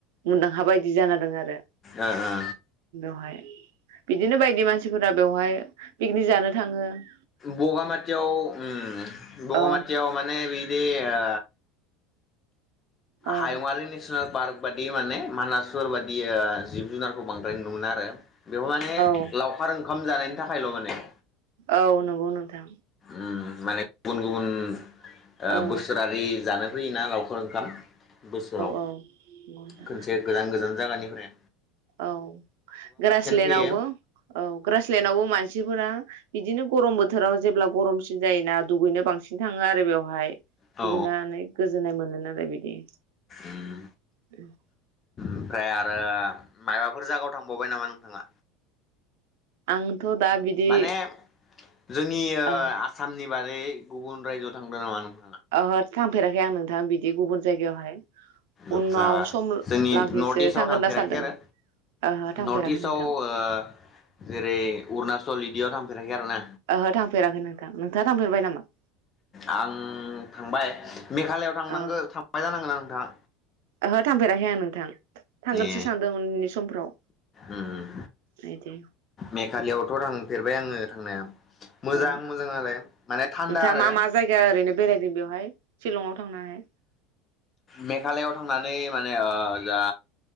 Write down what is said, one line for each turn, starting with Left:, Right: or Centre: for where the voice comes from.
Right: मुंदांखा बायदि जाना दों आरो
Left: ओ ओ
Right: बेहाय बिदिनो बायदि मानसिफोरा बेवहाय पिकनिक जानो थाङो ।
Left: बगामाथियाव उम बगामाथियाव
Right: औ
Left: माने बे बिदि ओ
Right: औ
Left: हायुंआरि नेसनेल पार्क बादि माने मानासुर बादि ओ जिब जुनारखौ बांद्राय नु मोना आरो । बेयाव माने
Right: औ
Left: लावखार ओ खाम जानायनि थाखायल' माने
Right: औ नंगौ नोंथां
Left: ओम माने गुबुन गुबुन ओ
Right: औ
Left: बोसोरारि जानो फैयोना लावखार ओंखाम बोसोराव
Right: औ नंगौ नोंथां
Left: खनसे गोजान गोजान जागानिफ्राय
Right: औ ग्रासलेण्डावबो
Left: फैयो
Right: औ ग्रासलेण्डावबो मानसिफोरा बिदिनो गरम बोथोराव जेब्ला गरमसिन जायोना दुगैनो बांसिन थाङो आरो बेवहाय ।
Left: औ
Right: दुगैनानै गोजोननाय मोनो । नाय बिदि
Left: उम
Right: ओम
Left: ओमफ्राय आरो मायाबाफोर जायागायाव थांबावबाय नामा नोंथाङा
Right: आंथ' दा बिदि
Left: माने जोंनि ओ
Right: अ
Left: आसाम नि बारै गुबुन रायजोआव थांदों नामा नों?
Right: ओहो थांफेराखै आं नोंथां बिदि गुबुन जायगायावहाय उनाव
Left: आदसा
Right: सम
Left: जोंनि
Right: लागिसो
Left: नर्थ इस्टआव
Right: थांगोन
Left: थांफेराखै
Right: होनना सानदों
Left: आरो
Right: ओहो थांफेराखै
Left: नर्थ इस्टआव
Right: नोंथां
Left: ओ जेरै अरुणाचल इदियाव थां <unintelligible> आरोना
Right: ओहो थांफेराखै नोंथां नोंथाङा थांफेरबाय नामा
Left: आं थांबाय मेघालआव थांनांगो
Right: अ
Left: थांबाय जानांगो ना नोंथाङा
Right: ओहो थांफेराखै आं नोंथां थांगोनसो
Left: ए
Right: सानदों उननि समफ्राव
Left: उम उम
Right: बिदि
Left: मेघालियावथ' थांफेरबाय आङो थांनाया मोजां
Right: औ
Left: मोजां लाय माने थान्दा
Right: नोंथाङा
Left: आरो
Right: मा मा जायगा ओरैनो बेरायदों बेवहाय शिलंआव थांनानै
Left: मेघालआव थांनानै माने ओ जा